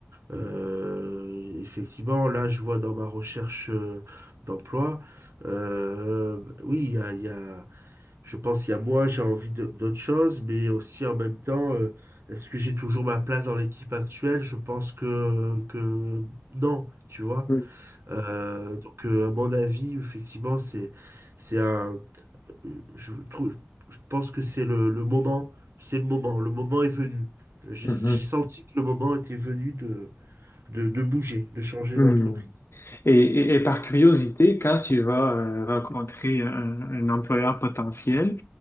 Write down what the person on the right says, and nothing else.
Euh, effectivement, là je vois dans ma recherche euh, d'emploi, euh, oui il y a, il y a- je pense il y a moi j'ai envie de- d'autre chose, mais aussi en même temps euh, est-ce que j'ai toujours ma place dans l'équipe actuelle? Je pense que que non, tu vois.
Euh, donc, euh, à mon avis, effectivement, c'est, c'est un, je trouve, je pense que c'est le, le moment, c'est le moment, le moment est venu. Euh, J'ai
j'ai senti que le moment était venu de, de, de bouger, de changer
d'entreprise.